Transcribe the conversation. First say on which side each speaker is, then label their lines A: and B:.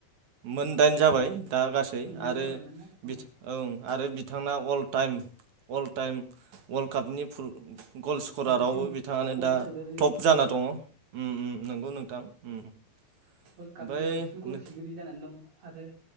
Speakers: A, on the right; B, on the right.
A: मोनदाइन जाबाय दा गासै
B: मोनदाइन
A: आरो
B: जाबायमोन ना औ
A: बि ओं आरो बिथांना all time all time world कापनि फुल गल स्करारावबो
B: बांसिन
A: बिथाङानो
B: गल
A: दा
B: सोगिरि
A: टप जाना दङ उम उम नंगौ नोंथां। उम
B: वर्ल्ड
A: ओमफ्राय
B: कापनि बांसिन गल
A: नो
B: सोगिरि जानानै दं आरो।